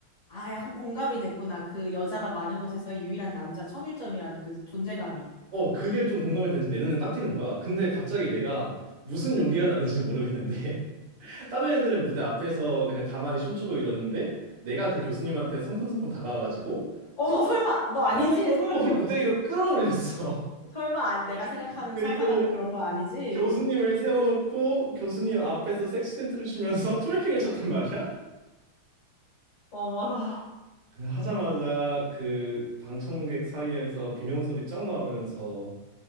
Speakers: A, on the left; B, on the right.
A: 아, 약간 공감이 됐구나. 그 여자가 많은 곳에서의 유일한 남자 청일점이라는 그 존재감이.
B: 어 그게 좀 공감이 되는지 내 눈에 딱 띄는 거야 근데 갑자기 내가 무슨 용기가 나는지 모르겠는데 <laughs> 다른 애들은 무대 앞에서 그냥 가만히 춤추고 이러는데 내가 그 교수님한테 성큼성큼 다가와가지고
A: 어머,
B: 손-
A: 설마, 너 아니지?
B: 손을 뻗고
A: 설마, 교,
B: <laughs> 무대 위로 끌어올렸어
A: 설마, 아- 내가 생각하는,
B: <laughs> 그리고
A: 상상하는 그런 거 아니지?
B: 교수님을 세워놓고 교수님 앞에서 섹시 댄스를 추면서 <laughs> 트월킹을 쳤단 말이야?
A: 어머나.
B: 그냥 하자마자 그 방청객 사이에서 비명소리 쫙 나오면서